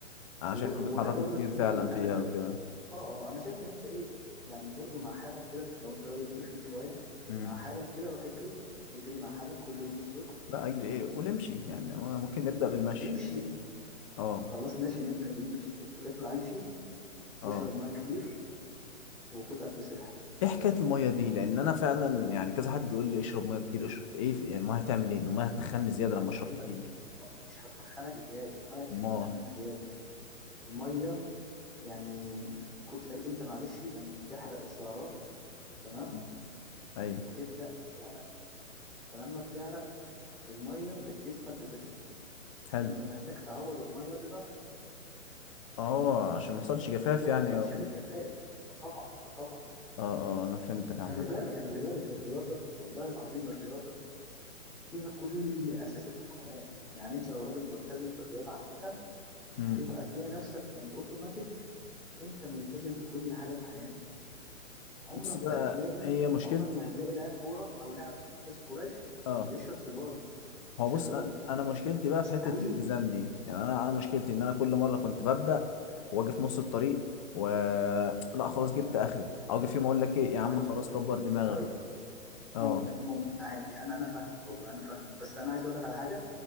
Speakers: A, on the left; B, in the centre.
A: انا
B: و-
A: شايف إن بيتحركوا
B: وعايز اقول
A: كتير
B: لك
A: فعلا
B: برضو ان
A: فيها
B: انا
A: وكده
B: اه اه انا شايف ان انت ايه يعني برضو مع حالك كده لو انت راجل تخين شويه
A: امم
B: مع حالك كده روح اجري اجري مع حالك كل يوم الصبح
A: لا اجري ايه قول امشي يعني ممكن نبدا بالمشي
B: امشي
A: اه
B: خلاص ماشي نبدا بالمشي اطلع اطلع امشي
A: اه
B: واشرب ميه كتير وكل اكل صحي
A: ايه حكايه الميه دي لان انا فعلا يعني كذا حد يقول لي اشرب ميه كتير اشرب ايه في- يعني الميه هتعمل ايه ده الميه هتخني
B: انا
A: زياده لما
B: ما
A: اشرب
B: هقول
A: كتير
B: لك مش هتخنك زياده الميه مش
A: ما
B: هتخنك زياده الميه يعني كنت انت معلش لما بتحرق سعرات تمام
A: أمم. ايوه
B: بتبدا تعرق فلما بتعرق الميه اللي في جسمك بتطلع
A: حلو
B: فانت محتاج تعوض الميه اللي طلعت
A: اه عشان ما يحصلش جفاف
B: ما
A: يعني
B: تصابش
A: أو...
B: بالجفاف اه طبعا اه طبعا
A: اه اه انا فهمتك عامه
B: خلي بالك خلي بالك الرياضه والله العظيم الرياضه فيها كل اساسات الحياه يعني انت لو راجل ملتزم في الرياضه عامه
A: امم
B: هتبقى تلاقي نفسك يعني اوتوماتيك انت ملتزم في كل حاجه في حياتك عمرك
A: بص بقى
B: ما هتلاقي
A: هي مشكلتي
B: عمرك ما هتلاقي لاعب كوره او لاعب حتى سكواش
A: اه
B: بيشرب سيجاره
A: هو
B: مش
A: بص
B: هتلاقي
A: أ- انا مشكلتي بقى
B: مستحيل
A: في حته الالتزام دي يعني انا انا مشكلتي ان انا كل مره كنت ببدا واجي في نص الطريق و <tsk> لا خلاص جبت اخري او اجي في يوم اقول لك ايه يا عم
B: طيب
A: خلاص كبر دماغك
B: طيب
A: اه
B: ممكن ممكن عادي انا انا فاهمك والله انا فاهمك بس انا عايز اقول لك على حاجه